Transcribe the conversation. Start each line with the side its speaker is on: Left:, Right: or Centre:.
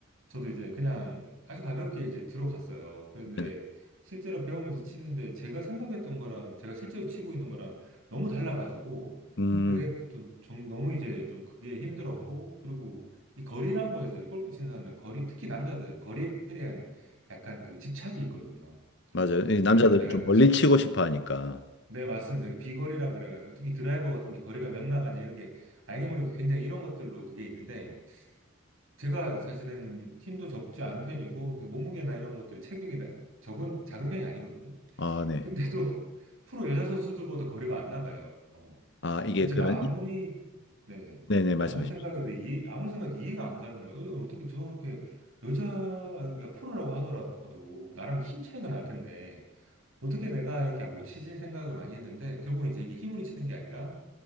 Right: 저도 이제 그냥 아주 가볍게 이제 들어갔어요. 그런데
Left: 네네.
Right: 실제로 배우면서 치는데 제가 생각했던 거랑 제가 실제로 치고 있는 거랑 너무 달라가지고,
Left: 음,
Right: 그게 좀, 좀 너무 이제 좀 그게 힘들었고, 그리고 이 거리라고 해서 이제 골프 치는 사람들, 거리, 특히 남자들, 거리에 대한 약간 그 집착이 있거든요.
Left: 맞아요. 이
Right: 그러니까
Left: 남자들은
Right: 좀 내가
Left: 좀 멀리 치고 싶어 하니까.
Right: 네, 맞습니다. 그 비거리라 그래가지고 특히 드라이버 같은 게 거리가 몇 나가냐 이렇게 알게 모르게 굉장히 이런 것들로 그게 있는데 제가 사실은 힘도 적지 않은 편이고 그냥 몸무게나 이런 것들이 체격이 나- 적은 작은 편이 아니거든요.
Left: 아, 네.
Right: 근데도 <laughs> 프로 여자 선수들보다 거리가 안 나가요. 어.
Left: 아, 이게
Right: 제가
Left: 그런,
Right: 아무리
Left: 이-
Right: 네
Left: 네네,
Right: 아무리
Left: 말씀하십시오.
Right: 생각해도 이해 아무리 생각해도 이해가 안 가는 거예요. 어, 어떻게 저렇게 여자가 프로라고 하더라도 나랑 힘 차이가 날 텐데. 어떻게 내가 이렇게 못 치지 생각을 많이 했는데 결국 이제 이게 힘으로 치는 게 아니라